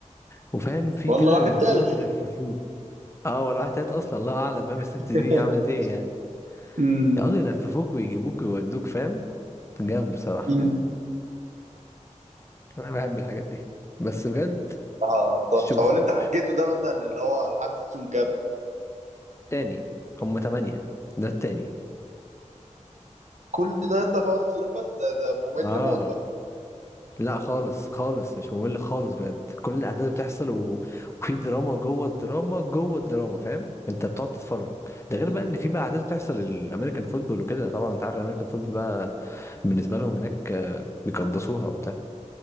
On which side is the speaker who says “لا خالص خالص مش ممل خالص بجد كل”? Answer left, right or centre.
Left